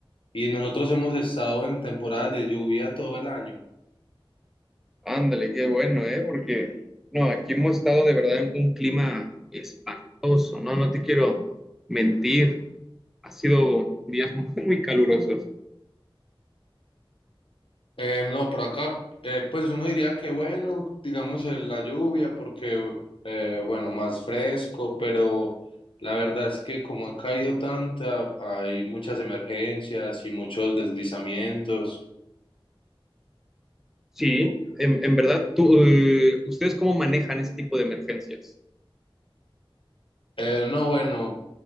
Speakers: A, on the left; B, in the centre.
A: y nosotros hemos estado en temporadas de lluvia todo el año.
B: Ándale, qué bueno, ¿eh? Porque, no, aquí hemos estado de verdad en un clima espantoso, ¿no? No te quiero mentir, ha sido días <laughs> muy calurosos.
A: Eh, no, por acá, eh, pues uno diría que bueno, digamos eh, la lluvia, porque eh, bueno, más fresco, pero la verdad es que como ha caído tanta, hay muchas emergencias y muchos deslizamientos.
B: Sí, en, en verdad, tú, eh, ¿ustedes cómo manejan ese tipo de emergencias?
A: Eh, no, bueno,